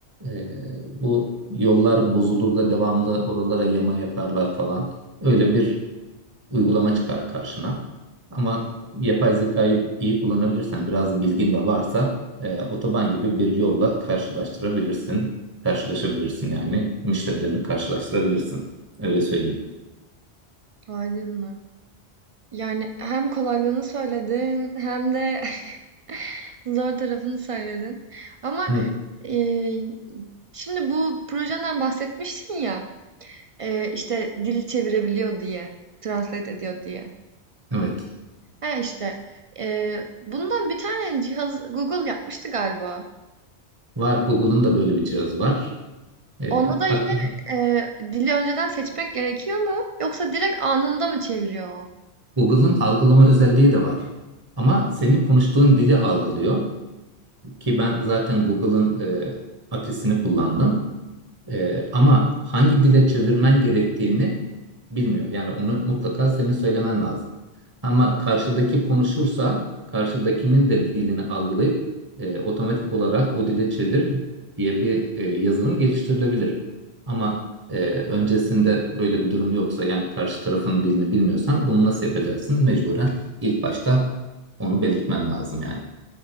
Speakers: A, on the right; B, on the right.
A: e, bu yollar bozulur da devamlı oralara yama yaparlar falan. Öyle bir uygulama çıkar karşına. Ama yapay zekayı iyi kullanabilirsen, biraz bilgin de varsa e, otoban gibi bir yolla karşılaştırabilirsin. Karşılaşabilirsin yani müşterilerini karşılaştırabilirsin. Öyle söyleyeyim.
B: Aydınlı. Yani, hem kolaylığını söyledin hem de <laughs> zor tarafını söyledin ama,
A: Evet.
B: eee, şimdi bu projenden bahsetmiştin ya, eee, işte, dil çevirebiliyor diye, translate ediyor diye.
A: Evet.
B: He, işte, eee, bundan bir tane cihaz Google yapmıştı galiba.
A: Var. Google'ın da böyle bir cihazı var. E,
B: Onda da
A: hatta
B: yine, eee, dili önceden seçmek gerekiyor mu yoksa direkt anında mı çeviriyor o?
A: Google'ın algılama özelliği de var. Ama senin konuştuğun dili algılıyor. Ki ben zaten Google'ın e, API'sini kullandım. Ee, ama hangi dile çevirmen gerektiğini bilmiyor. Yani onu mutlaka senin söylemen lazım. Ama karşıdaki konuşursa karşıdakinin de dilini algılayıp e, otomatik olarak o dile çevir diye bir e, yazılım geliştirilebilir. Ama e, öncesinde böyle bir durum yoksa yani karşı tarafın dilini bilmiyorsan bunu nasıl yapacaksın? Mecburen ilk başta onu belirtmen lazım yani.